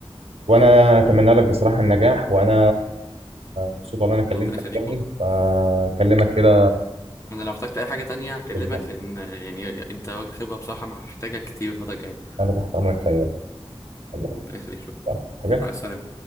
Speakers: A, on the right; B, on the left.
A: وانا اتمنى لك بصراحه النجاح وانا مبسوط ان انا كلمتك
B: ربنا يخليك
A: تاني
B: والله
A: فاكلمك كده
B: انا لو احتجت اي حاجه تانية هكلمك
A: بالظبط
B: لان يعني انت راجل خبره بصراحه ما هحتاجك كتير الفتره الجايه
A: انا تحت امرك في اي وقت. الله
B: ربنا يخليك شكرا
A: حاجه
B: مع السلامه